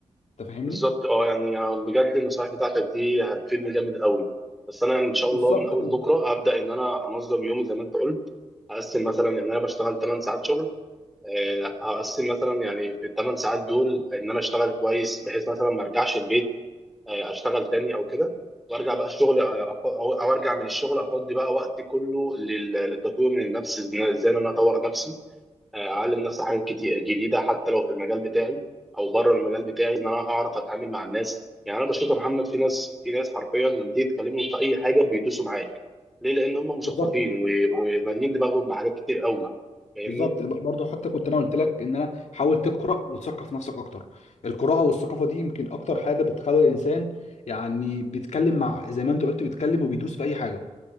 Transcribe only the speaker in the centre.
بالظبط اه يعني آه، بجد النصائح بتاعتك دي هتفيدني جامد قوي بس انا ان شاء
الله من اول
بكره هبدا ان انا انظم يومي زي ما انت قلت هقسم مثلا يعني انا بشتغل 8 ساعات شغل آه، هقسم مثلا يعني في ال 8 ساعات دول ان انا اشتغل كويس بحيث مثلا ما ارجعش البيت آه، اشتغل تاني او كده وارجع بقى الشغل آه، أف- او أو ارجع من الشغل افضي بقى وقتي كله لل- للتطوير من النفس إن- ازاي إن انا اطور نفسي اعلم نفسي حاجات كتير جديده حتى لو في المجال بتاعي او بره المجال بتاعي ان انا اعرف اتعامل مع الناس يعني انا بشوف يا محمد في ناس في ناس حرفيا لما تيجي تكلمهم في اي حاجه بيدوسوا معاك ليه لان هم مثقفين
و- ومالين دماغهم بحاجات كتير قوي فاهمني